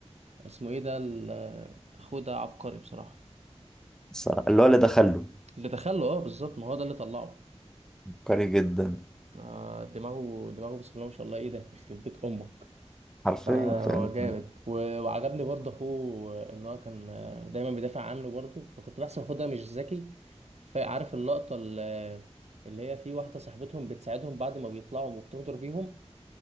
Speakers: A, on the right (about 70°); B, in the centre.
A: اسمه ايه ده ال- آه، اخوه ده عبقري بصراحة
B: الصراحه اللي هو اللي دخله
A: اللي دخله اه بالظبط ما هو ده اللي طلعه
B: عبقري جدا
A: آه دماغه دماغه بسم الله ما شاء الله ايه ده يخرب بيت امك
B: حرفيا
A: فهو
B: فاهم
A: جامد و- وعجبني برضه اخوه ان هو كان دايما بيدافع عنه برضه فكنت بحسب اخوه ده مش ذكي فعارف اللقطة ال- اللي هي في واحدة صاحبتهم بتساعدهم بعد ما بيطلعوا وبتغدر بيهم